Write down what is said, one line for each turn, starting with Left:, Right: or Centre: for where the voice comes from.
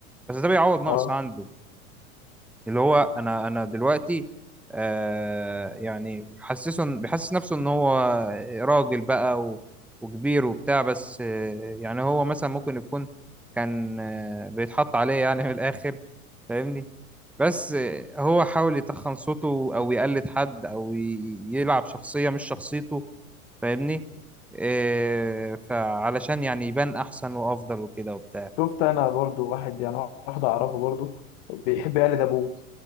Centre: بس ده بيعوض نقص
Left: اه
Centre: عنده اللي هو انا انا دلوقتي آه يعني حسسه إن- بيحسس نفسه ان هو راجل بقى و- وكبير وبتاع بس آه يعني هو مثلا ممكن يكون كان آه بيتحط عليه يعني من الاخر فاهمني بس آه هو حاول يتخن صوته او يقلد حد او ي- يلعب شخصية مش شخصيته فاهمني آه فعلشان يعني يبان احسن وافضل وكده وبتاع
Left: شفت انا برضو واحد يعني واحد اعرفه برضو بيحب يقلد ابوه